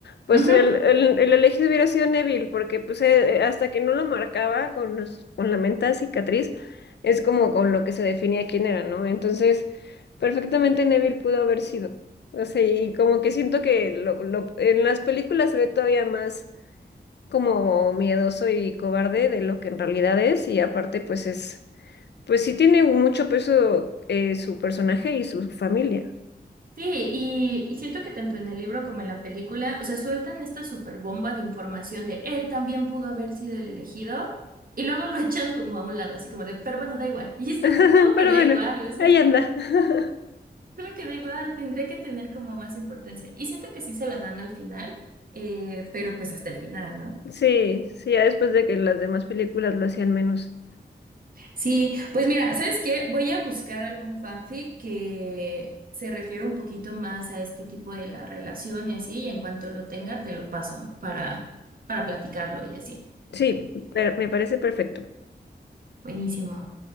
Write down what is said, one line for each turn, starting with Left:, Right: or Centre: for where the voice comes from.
Left: pues
Right: ujú.
Left: el, el, el elegido hubiera sido Neville, porque pues eh, eh, hasta que no lo marcaba con, los- con la menta cicatriz, es como con lo que se definía quién era, ¿no? Entonces, perfectamente Neville pudo haber sido. O sea, y como que siento que lo, lo- en las películas se ve todavía más como miedoso y cobarde de lo que en realidad es y aparte pues es, pues sí tiene mucho peso eh, su personaje y su familia.
Right: Sí, y, y siento que tanto en el libro como en la película, o sea, sueltan esta super bomba de información de él también pudo haber sido el elegido, y luego lo <laughs> echan como a un lado, así como de, pero bueno, da igual. Y es como
Left: <laughs>
Right: de, ¿cómo que
Left: Pero
Right: da
Left: bueno,
Right: igual? O sea,
Left: ahí anda.
Right: <laughs>
Left: <laughs>
Right: ¿cómo que da igual? Tendría que tener como más importancia. Y siento que sí se la dan al final, eh, pero pues hasta el final, ¿no?
Left: Sí, sí, ya después de que las demás películas lo hacían menos.
Right: Sí, pues mira, ¿sabes qué? Voy a buscar algún fanfic que se refiere un poquito más a este tipo de la relación y así, y en cuanto lo tenga, te lo paso para, para platicarlo y así.
Left: Sí, pero me parece perfecto.
Right: Buenísimo.